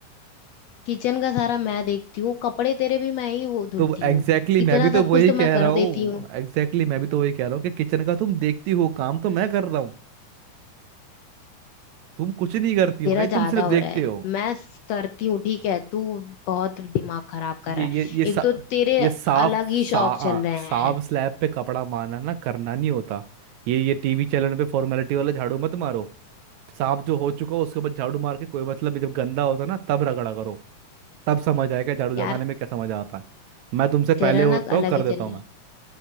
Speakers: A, on the left (about 75°); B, on the right (about 75°).
A: किचन का सारा मैं देखती हूँ कपड़े तेरे भी मैं ही वो
B: तो
A: धुलती
B: एग्जैक्टली
A: हूँ
B: exactly, मैं
A: इतना
B: भी तो
A: सब
B: वही
A: कुछ तो
B: कह
A: मैं
B: रहा
A: कर
B: हूँ
A: देती हूँ
B: एग्जैक्टली exactly, मैं भी तो वही कह रहा हूँ कि किचन का तुम देखती हो काम तो मैं कर रहा हूँ तुम कुछ नहीं करती हो
A: तेरा
B: भाई
A: ज्यादा
B: तुम सिर्फ
A: हो
B: देखते
A: रहा है
B: हो
A: मैं स- करती हूँ ठीक है तू बहुत दिमाग खराब कर
B: ये
A: रहा
B: ये
A: है
B: ये सा,
A: एक तो तेरे
B: ये साफ
A: अलग ही
B: सा
A: शौक
B: आ,
A: चल रहे
B: साफ
A: हैं
B: स्लैब पे कपड़ा मारना ना करना नहीं होता ये ये टीवी चैनल पे फॉर्मेलिटी वाला झाड़ू मत मारो साफ जो हो चुका हो उसके बाद झाड़ू मार के कोई मतलब नहीं, जब गंदा होता ना तब रगड़ा करो तब समझ आएगा झाड़ू लगाने
A: यार
B: में क्या समझ आता है मैं तुमसे
A: तेरा
B: पहले उठता
A: ना अलग
B: हूँ कर
A: ही
B: देता
A: चल
B: हूँ
A: रहा
B: मैं।